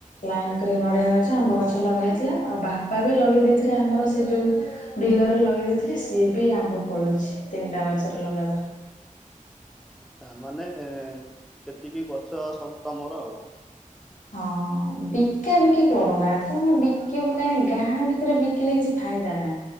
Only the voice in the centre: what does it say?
ତା ମାନେ ଯେତିକି ଗଛ ସବୁ ତମର ଆଉ।